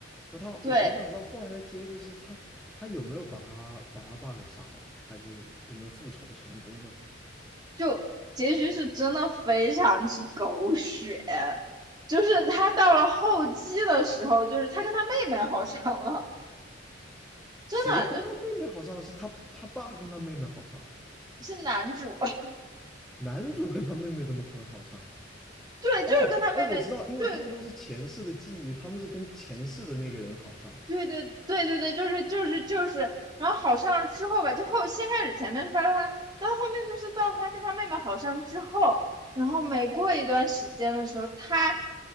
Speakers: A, in the centre; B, on the right.
A: 那他，我我就想知道后来的结局是他他有没有把他把他爸给杀了，
B: 对。
A: 还是有没有复仇成功呢？
B: 就结局是真的非常之狗血，就是他到了后期的时候，就是他跟他妹妹好上了，
A: 谁跟他妹妹好上了？
B: 真的就
A: 是他他爸跟他妹妹好上了，
B: 是男主，<laughs>
A: 男主跟他妹妹怎么可能好上啊？
B: 对，
A: 哦哦，
B: 就是跟他妹妹，
A: 我知道，因为他们都是前世的记忆，
B: 对，
A: 他们是跟前世的那个人好上了。
B: 对对对对对，就是就是就是，然后好上之后吧，就后先开始前面是巴拉巴拉，到后面就是到他跟他妹妹好上之后，然后每过一段时间的时候，他